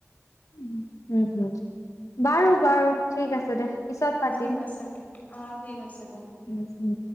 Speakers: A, on the left (about 80°); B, on the left (about 30°).
A: হম উম হুম, বাৰু বাৰু ঠিক আছে দে। পিছত
B: উম,
A: পাতিম
B: ঠিক আছে, অঁ ঠিক আছে দে।
A: য়েছ উম